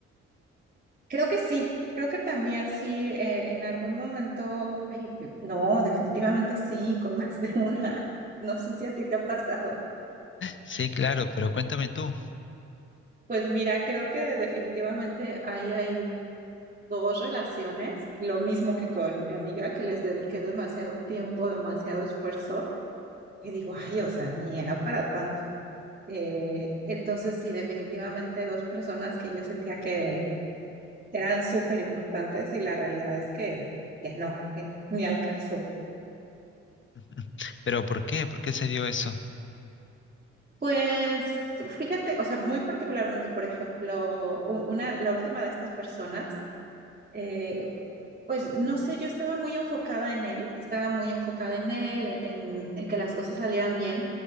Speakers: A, on the right; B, on the left.
A: Creo que sí, creo que también sí, eh, en algún momento, ay, no, definitivamente sí, con <laughs> más de una. <laughs> No sé si a ti te ha pasado.
B: Sí, claro, pero cuéntame tú.
A: Pues mira, creo que definitivamente ahí hay dos relaciones, lo mismo que con mi amiga, que les dediqué demasiado tiempo, demasiado esfuerzo, que digo, ay, o sea, ni era para tanto. Eh, entonces, sí, definitivamente dos personas que yo sentía que eran súper importantes y la realidad es que, que no, que ni al caso.
B: <laughs> ¿Pero por qué? ¿Por qué se dio eso?
A: Pues fíjate, o sea, muy particularmente, por ejemplo, u- una, la última de estas personas, eh, Pues no sé, yo estaba muy enfocada en él, estaba muy enfocada en él, en, en que las cosas salieran bien,